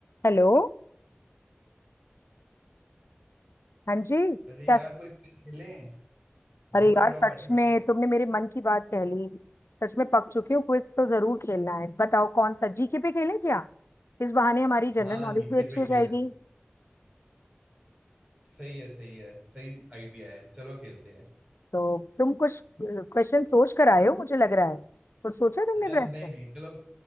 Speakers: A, on the left (about 80°); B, on the right (about 30°).
A: Hello हाँ जी क्या
B: अरे यार कोई क्विज खेलें
A: अरे
B: बोर
A: यार
B: हो रहा हूँ
A: सच
B: बैठे
A: में
B: बैठे
A: तुमने मेरे मन की बात कह ली सच में पक चुके हो क्विज तो जरूर खेलना है बताओ कौन सा जीके पे खेलें क्या इस बहाने हमारी
B: हाँ
A: जनरल नॉलेज
B: जीके
A: भी अच्छी
B: पे
A: हो
B: खेल
A: जाएगी
B: लेते हैं सही है सही है सही आइडिया है चलो खेलते हैं
A: तो तुम कुछ क्वेश्चन सोच कर आए हो मुझे लग रहा है कुछ सोचा तुमने
B: <laughs> नहीं
A: ब्रेक पे?
B: नहीं चलो